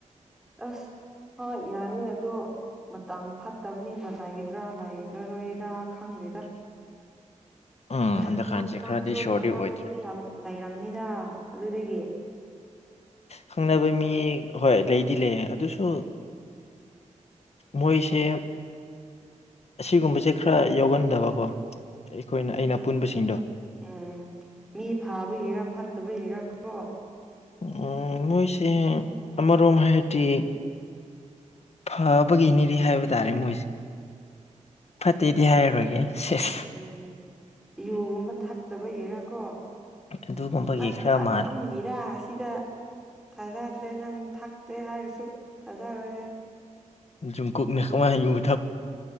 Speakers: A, in the centre; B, on the left (about 55°).
A: ꯑꯁ ꯍ ꯌꯥꯏꯑꯦ ꯑꯗꯣ ꯃꯇꯝ ꯐꯠꯇꯕꯅꯤꯅ ꯂꯩꯒꯗ꯭ꯔꯥ ꯂꯩꯔꯔꯣꯏꯔꯥ ꯈꯪꯗꯦꯗ
B: ꯎꯝ
A: ꯑꯁ
B: ꯍꯟꯗꯛꯀꯥꯟꯁꯦ
A: ꯅꯪ ꯅꯪꯁꯨ
B: ꯈꯔꯗꯤ ꯁꯣꯔꯗꯤ
A: ꯈꯪꯅꯕ
B: ꯑꯣꯏꯗ꯭ꯔꯦ
A: ꯃꯤ ꯌꯥꯝ ꯂꯩꯔꯝꯅꯤꯗ ꯑꯗꯨꯗꯒꯤ <inaudible>
B: ꯈꯪꯅꯕ ꯃꯤ ꯍꯣꯏ ꯂꯩꯗꯤ ꯂꯩꯌꯦ ꯑꯗꯨꯁꯨ ꯃꯣꯏꯁꯦ ꯑꯁꯤꯒꯨꯝꯕꯁꯦ ꯈꯔ ꯌꯥꯎꯒꯟꯗꯕꯀꯣ ꯑꯩꯈꯣꯏꯅ ꯑꯩꯅꯄꯨꯟꯕꯁꯤꯡꯗꯣ
A: ꯎꯝ ꯃꯤ ꯐꯥꯕ ꯍꯔ ꯐꯠꯇꯕ ꯍꯔ ꯀꯣ
B: ꯎꯝ ꯃꯣꯏꯁꯦ ꯑꯃꯔꯣꯝ ꯍꯥꯏꯗꯤ ꯐꯕꯒꯤꯅꯤꯗꯤ ꯍꯥꯏꯕ ꯇꯥꯔꯦ ꯃꯣꯏꯁꯦ ꯐꯠꯇꯦꯗꯤ ꯍꯥꯏꯔꯔꯣꯏꯒꯦ ꯁꯦꯁ
A: ꯎꯝ ꯌꯣꯒꯨꯝꯕ ꯊꯛꯇꯕꯒꯤꯔꯥ ꯀꯣ
B: ꯑꯗꯨꯒꯨꯝꯕꯒꯤ
A: ꯅꯪꯗꯤ
B: ꯈꯔ
A: ꯊꯥꯀ
B: ꯃꯥꯜꯂꯦ
A: ꯑꯝ ꯅꯤꯔꯥꯁ ꯁꯤꯗ ꯊꯥꯖꯗ꯭ꯔꯦ ꯅꯪ ꯊꯛꯇꯦ ꯍꯥꯏꯔꯁꯨ ꯊꯥꯖꯔꯣꯏ ꯌꯥꯏ
B: ꯨꯝꯀꯨꯞ ꯃꯦꯍꯀꯃꯥ ꯍ ꯌꯨ ꯃꯥ